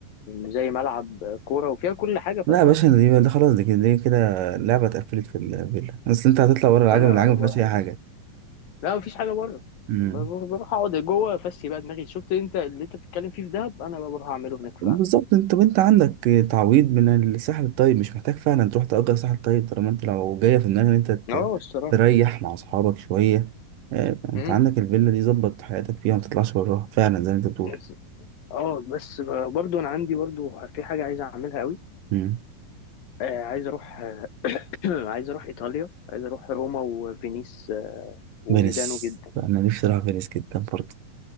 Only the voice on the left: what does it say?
زي ملعب كورة وفيها كل حاجة فخلاص
معايا
فأنا
اه
بروح
أفس
لا مفيش حاجة بره
ب- ب- بروح أقعد جوه أفسي بقى دماغي شفت أنت اللي أنت بتتكلم فيه في دهب أنا بقى بروح أعمله هناك في
العجمي
<laughs>
اه الصراحة
امم
بس اه بس برضو انا عندي برضو في حاجة عايز اعملها قوي
آه عايز اروح آه، <clears throat> عايز اروح ايطاليا عايز اروح روما وفينيس آه، وميلانو
جدا